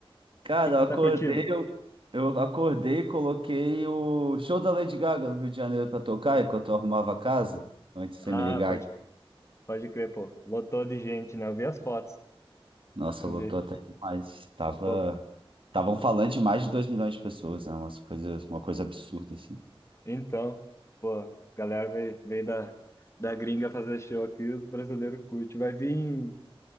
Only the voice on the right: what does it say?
Cara,
eu
acordei,
eu, eu acordei e coloquei o show da Lady Gaga no Rio de Janeiro pra tocar enquanto eu arrumava a casa, antes de
você me ligar.
Nossa,
voltou
até demais. Tava,
tava um falante de mais de 2 milhões de pessoas, né? Uma coisa, uma coisa absurda, assim.